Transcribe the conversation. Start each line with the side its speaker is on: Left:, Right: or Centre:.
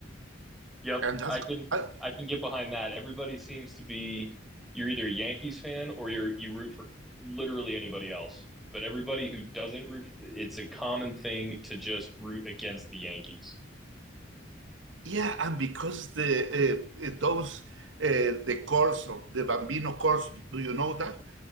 Centre: Yep,
Right: and that's
Centre: I can
Right: uh,
Centre: I can get behind that. Everybody seems to be you're either a Yankees fan or you're you root for literally anybody else. But everybody who doesn't root, it's a common thing to just root against the Yankees.
Right: yeah, and because the uh, uh, those uh, the course of the Bambino course, do you know that?